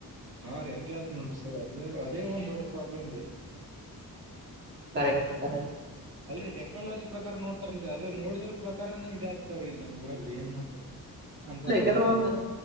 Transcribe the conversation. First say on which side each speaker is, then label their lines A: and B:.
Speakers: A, on the right (about 80°); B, on the right (about 30°).
A: ಹಾ ರೀ ಹಂಗಗೆ ಆತ್ ನೋಡ್ರಿ ಸರ್ ಅದ ಅದೇ ಒಂದ್ ದೊಡ್ಡ ಪ್ರಾಬ್ಲಮ ರೀ
B: ಕರೆಕ್ಟ್ ಕರೆ
A: ಅಲ್ರೀ ಟೆಕ್ನಾಲಜಿ ಪ್ರಕಾರ ನೋಡ್ತಾರಲ್ರಿ ಅದ ನೋಡಿದ್ರ ಪ್ರಕಾರ ಇದಾಗಗ್ತವ್ರೀ ಇಲ್ಲಿ ನಮ್ಮ ಊರ್ರ ಏನ್ ಮಾಡ್ತಾರ. ಅಂತದ್ರಿ
B: ಇಲ್ಲ ಕೆಲವೊಂದು